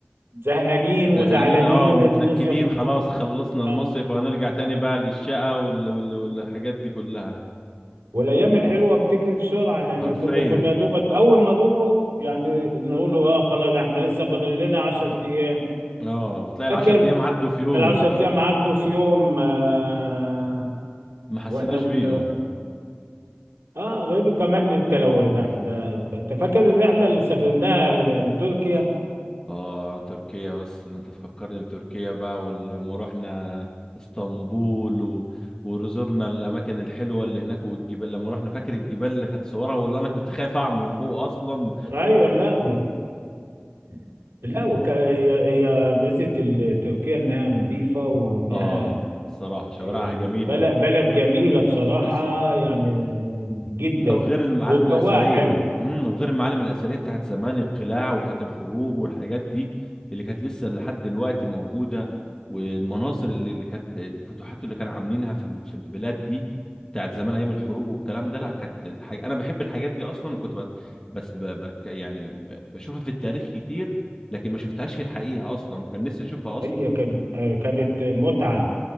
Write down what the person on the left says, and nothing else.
زهقانين
اه ومتنكدين
خلاص خلصنا المصيف
وهنرجع تاني بقى للشقة وال... وال... والحاجات دي كلها
حرفيا
اه وتلاقي
العشر ايام عدوا في يوم
ما حسيناش
بيهم
اه تركيا بس انت تفكرني بتركيا بقى ولما رحنا اسطنبول و... وزرنا الاماكن الحلوه اللي هناك والجبال لما رحنا فاكر الجبال اللي كانت صورها واللي انا كنت خايف اعمى من فوق اصلا
اه الصراحه شوارعها
جميله
حسن
لا وغير المعالم
الأثرية
امم وغير المعالم الأثرية بتاعت زمان القلاع وبتاعت الحروب والحاجات دي اللي كانت لسه لحد دلوقتي موجودة والمناظر اللي اللي كانت الفتوحات اللي كانوا عاملينها في ال- في البلاد دي بتاعت زمان أيام الحروب والكلام ده لا كانت الحاجة أنا بحب الحاجات دي أصلا وكنت بت... بس ب... بك... يعني ب- بشوفها في التاريخ كتير لكن ما شفتهاش في الحقيقة أصلا وكان نفسي أشوفها أصلا